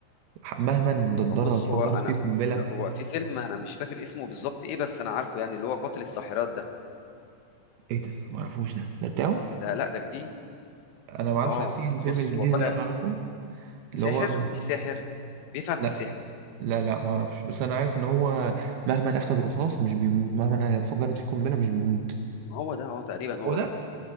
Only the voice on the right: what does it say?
ح- مهما ندرها
اتفجرت
فيه قنبله
ايه ده ما اعرفوش ده ده بتاعه
انا ما اعرفش
انا في الفيلم
الجديد
اللي انا اعرفه اللي
هو
لا
لا لا ما اعرفش بس انا عارف ان هو مهما اخد رصاص مش بيموت مهما اتفجرت فيه قنبله مش بيموت
هو ده